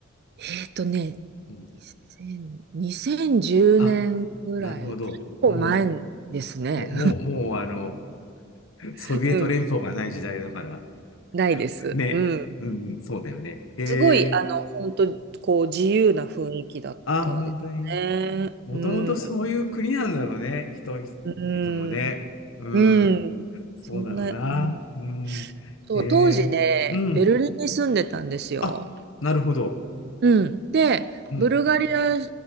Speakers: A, on the right; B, on the left.
A: えっとね、
B: うん。
A: 2000、2 1 0年ぐらい、
B: あ、なるほど。
A: 結構前ですね。
B: もう、もう、もう、もう、あの、
A: <laughs>
B: ソビエト連邦がない時代だから。
A: うん。ないです。
B: ね。
A: うん。
B: うん、そうだよね。えー、
A: すごい、あの、本当こう、自由な雰囲気だったですね。
B: あ、本当に。もともとそういう国なんだろうね。
A: うん。
B: 人
A: うん。
B: 々もね。うん。
A: うん。
B: そうだろうな。
A: そんな感じ。
B: うん。
A: そう、
B: へえ。
A: 当時ね、
B: うん。
A: ベルリンに住んでたんですよ。
B: あ、なるほど。
A: うん。で、
B: うん。
A: ブルガリア